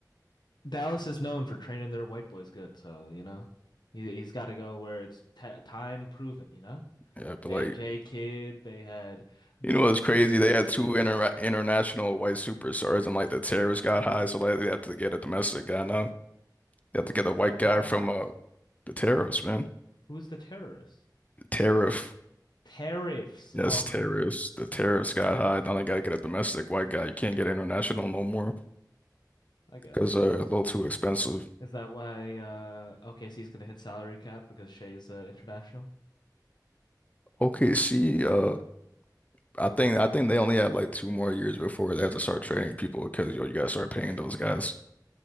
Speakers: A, on the left (about 80°); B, on the left (about 20°).
A: Dallas is known for training their white boys good, so, you know, he, he's got to go where it's t time proven, you know?
B: Yeah, but
A: They
B: like,
A: had J. Kidd, they had
B: you know
A: Dirk
B: what's crazy?
A: Nowitzki.
B: They had two inter international white superstars, and like the tariffs got high, so like they have to get a domestic guy now. They have
A: The
B: to get a white
A: what
B: guy
A: got
B: from
A: hot?
B: uh the tariffs, man.
A: Who's the terrorist?
B: The tariff,
A: Tariffs.
B: yes,
A: Oh,
B: tariffs.
A: I
B: The tariffs got high. Now they gotta get a domestic white guy. You can't get international no more
A: I got
B: because
A: you.
B: they're a little too expensive.
A: Is that why uh OKC's gonna hit salary cap because Shea's uh, international?
B: Okay, see, uh, I think I think they only have like two more years before they have to start trading people because yo, you gotta start paying those guys.